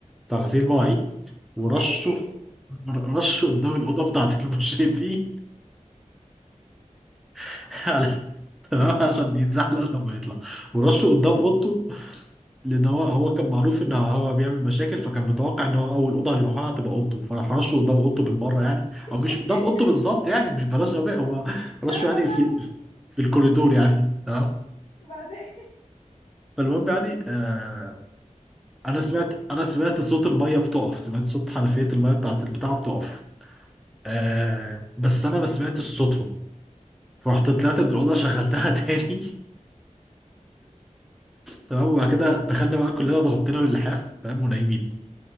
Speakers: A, in the centre; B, on the left.
A: بتاع غسيل مواعيد ورشه
B: ماشي
A: ر- رشه قدام الاوضه بتاعه المشرفين <laughs> على- تمام عشان يتزحلق لما يطلع ورشه قدام اوضته لان هو هو كان معروف ان هو بيعمل مشاكل فكان متوقع ان هو اول اوضه هيروحها هتبقى اوضته فراح رشه قدام اوضته بالمره يعني او مش
B: <laughs>
A: قدام اوضته بالظبط يعني مش بلاش غباء هو رشه
B: فاهمة
A: يعني في
B: فاهمة
A: في الكوريدور يعني <laughs> تمام
B: بعدين
A: فالمهم يعني آه انا سمعت انا سمعت صوت الميه بتقف سمعت صوت حنفيه الميه بتاعت البتاع بتقف آه بس انا ما سمعتش صوتهم فرحت طلعت من الاوضه شغلتها <laughs> تاني تمام وبعد كده دخلنا بقى كلنا ضغطنا باللحاف فاهم ونايمين